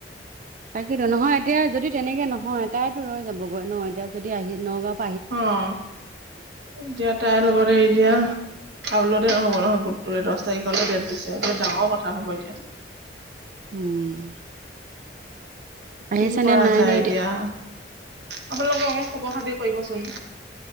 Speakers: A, on the right; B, on the right.
A: তাকেইটো নহয় এতিয়া যদি তেনেকে নহয় তাইতো ৰৈ যাবগৈ ন এতিয়া যদি আহি নগাঁও
B: অ এতিয়া তাইৰ লগতে এতিয়া আপলোড নহ'ব নহয় গোটটোলৈ দহ তাৰিখলৈ ডেট দিছে বৰ ডাঙৰ কথা হ'ব এতিয়া
A: উম আহিছে
B: কি কৰা
A: নে নাই
B: যায়
A: নে
B: এতিয়া, আপোনালোকে অকমান খবৰ খাতি কৰিবচোন।